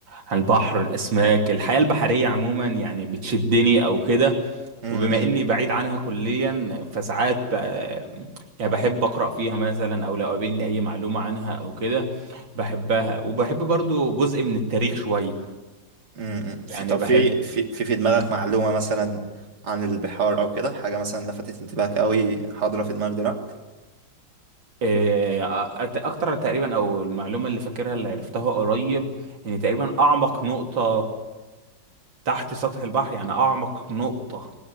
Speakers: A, on the right; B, on the right.
A: عن البحر الاسماك الحياة البحرية عموما يعني بتشدني او كده
B: كده
A: وبما اني بعيد عنها كليا فساعات ب... يعني بحب اقرا فيها مثلا او لو قابلني اي معلومه عنها او كده بحبها وبحب برضو جزء من التاريخ شويه
B: امم في
A: يعني
B: طب في
A: بحب
B: في في في دماغك
A: مم.
B: معلومة مثلا عن البحار او كده حاجة مثلا لفتت انتباهك قوي حاضرة في دماغك دلوقتي
A: إيه، أ- اكتر تقريبا او المعلومه اللي فاكرها اللي عرفتها قريب ان تقريبا اعمق نقطه تحت سطح البحر يعني اعمق نقطه